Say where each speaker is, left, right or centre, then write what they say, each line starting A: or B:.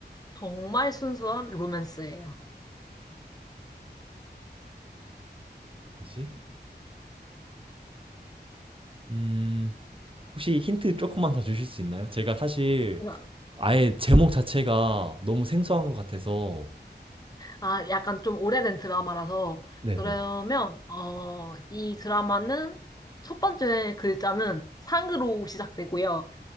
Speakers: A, on the left; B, on the right.
A: 정말 순수한 로맨스예요.
B: 뭐지? 음, 혹시 힌트 조금만 더 주실 수 있나요? 제가 사실
A: 그럼,
B: 아예 제목 자체가 너무 생소한 것 같아서
A: 아, 약간 좀 오래된 드라마라서
B: 네네.
A: 그러면 어, 이 드라마는 첫 번째 글자는 상으로 시작되고요.